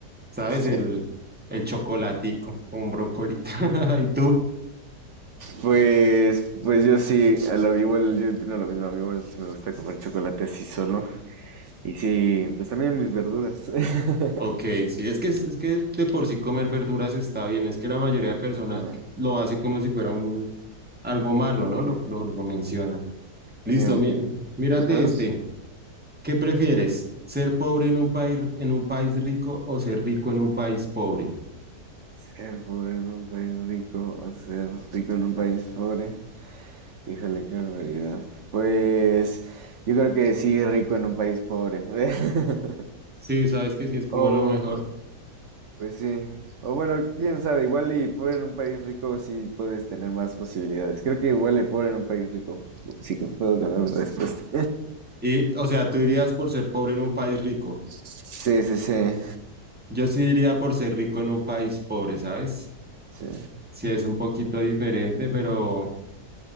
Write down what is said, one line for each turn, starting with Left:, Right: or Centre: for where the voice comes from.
Centre: ¿sabes? El,
Right: Oh,
Centre: el chocolatico con brócoli. <laughs> ¿Y tú?
Right: Pues, pues yo sí, a la, igual yo opino lo mismo, a mí igual sí me gusta comer chocolate así solo. Y sí, pues también mis verduras. <laughs>
Centre: Ok, sí, es que, es que de por sí comer verduras está bien, es que la mayoría de personas
Right: Ah,
Centre: lo hace como si fuera un, algo malo, ¿no? Lo,
Right: sí,
Centre: lo, lo menciona. Listo,
Right: sí, aunque.
Centre: mi- mírate
Right: Ajá.
Centre: este. ¿Qué prefieres? ¿Ser pobre en un país, en un país rico o ser rico en un país pobre?
Right: Ser pobre en un país rico o ser rico en un país pobre. Híjole, qué barbaridad. Pues yo creo que sí, rico en un país pobre. <laughs>
Centre: Sí, sabes que sí es como
Right: O,
Centre: lo mejor.
Right: Pues sí. O bueno, quién sabe, igual y pobre en un país rico sí puedes tener más posibilidades. Creo que igual y pobre en un país rico. Sí que puedo cambiar mi respuesta.
Centre: Y, o sea, tú irías por ser pobre en un país rico.
Right: Sí, sí, sí.
Centre: Yo sí iría por ser rico en un país pobre, ¿sabes?
Right: Sí.
Centre: Sí, es un poquito diferente, pero